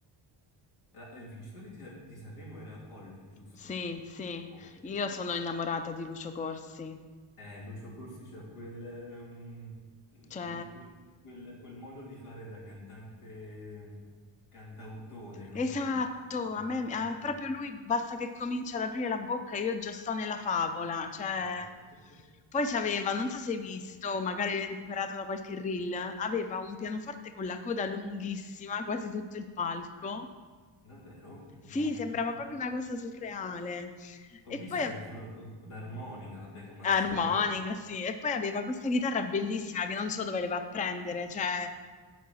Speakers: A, on the left (about 85°); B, on the left (about 15°).
A: la- Il vincitore di, Sa- di Sanremo era Olli, giusto?
B: Sì, sì,
A: Ok.
B: io sono innamorata di Lucio Corsi.
A: Eh, Lucio Corsi c'ha quel, ehm, mm,
B: Cioè,
A: quel- quel- quel modo di fare da cantante, cantautore, non
B: Esatto,
A: cantante, no,
B: a
A: non-
B: me
A: capite?
B: a proprio
A: Da-
B: lui basta che comincia ad aprire la bocca e io già sto nella favola, cioè
A: <laughs>
B: poi c'aveva, non so se hai visto, magari l'hai recuperato da qualche reel, aveva un pianoforte con la coda lunghissima, quasi tutto il palco.
A: Davvero? No,
B: Sì, sembrava
A: non ho
B: proprio
A: visto.
B: una cosa surreale.
A: Ho
B: E
A: visto
B: poi ave-
A: che ha suonato l'armonica, vabbè, come
B: armonica,
A: al solito.
B: sì, e poi aveva questa chitarra bellissima che non so dove le va a prendere, cioè